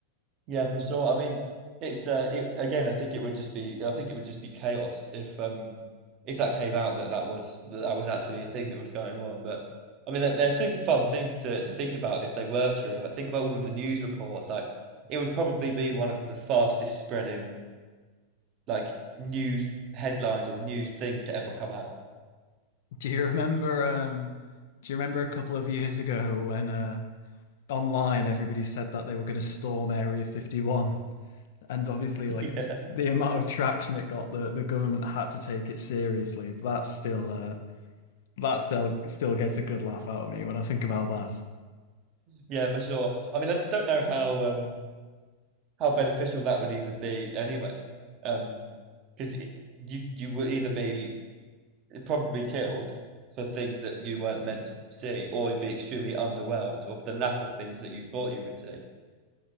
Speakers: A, on the right; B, on the left.
A: yeah for sure I mean it's uh it, again I think it would just be I think it would just be chaos if um if that came out that that was that, that was actually a thing that was going on but I mean they're, they're super fun things to to think about if they were true like think about all of the news reports like it would probably be one of the fastest spreading like news headlines or news things to ever come out
B: Do you remember um do you remember a couple of years ago when uh online everybody said that they were going to storm Area 51 and obviously
A: <laughs>
B: like
A: yeah
B: with the amount of traction it got the the government had to take it seriously. That's still uh that still still gets a good laugh out of me when I think about that.
A: Yeah, for sure. I mean, I just don't know how um how beneficial that would even be anyway. Um, because you you would either be probably killed for things that you weren't meant to see, or you'd be extremely underwhelmed of the lack of things that you thought you would see.